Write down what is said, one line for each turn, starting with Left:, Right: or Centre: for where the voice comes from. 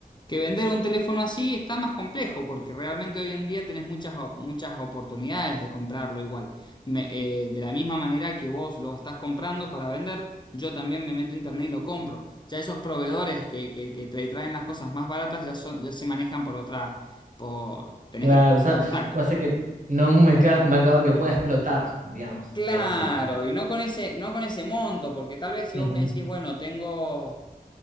Left: Que vender un teléfono así está más complejo, porque realmente hoy en día tenés muchas, o- muchas oportunidades de comprarlo igual. Me- eh, de la misma manera que vos lo estás comprando para vender, yo también me meto a internet y lo compro. Ya esos proveedores que, que, que te traen las cosas más baratas ya, son, ya se manejan por otra, por... tenés
Right: Claro,
Left: que
Right: o sea,
Left: tener
Right: va a ser que no un mercado, un mercado que pueda explotar, digamos,
Left: Claro,
Right: algo así.
Left: y no con ese, no con ese monto, porque tal vez si
Right: Ujú.
Left: vos me decís, bueno, tengo